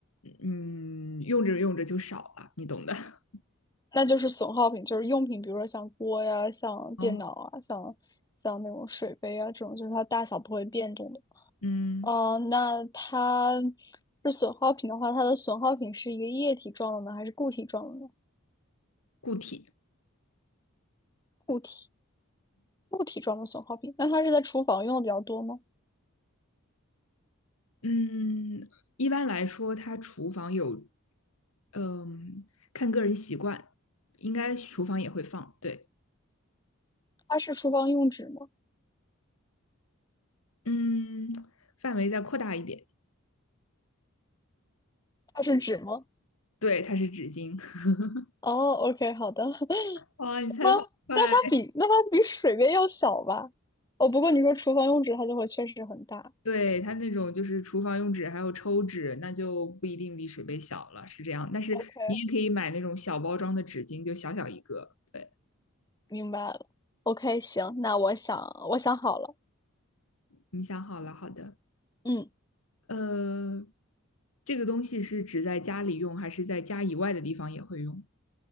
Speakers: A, on the left; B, on the left.
A: 嗯用着用着就少了，你懂的。
B: 那就是损耗品，就是用品，比如说像锅呀、像电脑啊、
A: 哦，
B: 像像那种水杯啊这种，就是它大小不会变动的。
A: 嗯，
B: 哦，那它是损耗品的话，它的损耗品是一个液体状的呢，还是固体状的呢？
A: 固体。
B: 固体固体状的损耗品，那它是在厨房用的比较多吗？
A: 嗯，一般来说，它厨房有嗯，看个人习惯，应该厨房也会放。对，
B: 它是厨房用纸吗？
A: 嗯，范围再扩大一点。
B: 它是纸吗？
A: 对，它是纸巾。<laughs>
B: 哦，OK，好的。<laughs>
A: 哇，你猜的好快！
B: 它那它比那它比水杯要小吧？哦，不过你说厨房用纸，它就会确实很大。
A: 对，它那种就是厨房用纸，还有抽纸，那就不一定比水杯小了，是这样。但是你也可以买那种小包装的纸巾，
B: OK。
A: 就小小一个。对，
B: 明白了。OK，行，那我想我想好了，
A: 你想好了，好的。
B: 嗯，
A: 呃，这个东西是指在家里用，还是在家以外的地方也会用？